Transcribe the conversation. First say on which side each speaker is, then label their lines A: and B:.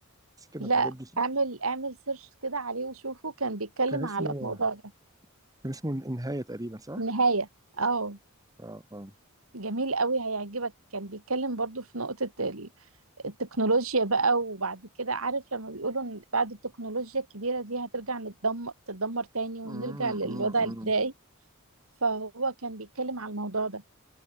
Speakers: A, on the right; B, on the right.
A: حسيت ان
B: لا
A: الحاجات دي
B: اعمل اعمل سيرش كده عليه وشوفه كان بيتكلم
A: كان اسمه
B: على الموضوع ده
A: كان اسمه النهايه تقريبا صح؟
B: النهاية اه
A: اه اه
B: جميل قوي هيعجبك كان بيتكلم برضو في نقطة ال التكنولوجيا بقى وبعد كده عارف لما بيقولوا ان بعد التكنولوجيا الكبيرة دي هترجع نتدمر تتدمر تاني ونرجع
A: أمم،
B: للوضع
A: أمم،
B: البدائي
A: أمم.
B: فهو كان بيتكلم على الموضوع ده